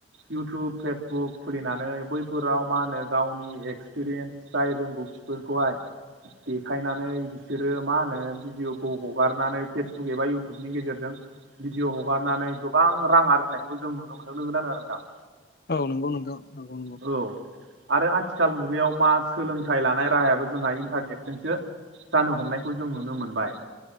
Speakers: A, on the right (about 70°); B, on the left (about 50°).
A: इउटुब फेसबुक खुलिनानै बैफोराव मा होनो गावनि एक्सपिरियेन्स जाय रोंगौथिफोरखौहाय देखायनानै बिसोरो मा होनो भिडिअखौ हगारनानै फेसबुक एबा इउटुबनि गेजेरजों भिडिअ हगारनानै गोबां रां आरजिनायखौबो जों नुनो मोन्दों नंगौना नङा नोंथां
B: औ नंगौ नोंथां नंगौ नंगौ
A: औ आरो आथिखाल मुगायाव मा सोलोंथाइ लानाय राहायाबो जोंहा इन्टारनेट जोंसो जानो हमनायखौ जों नुनो मोनबाय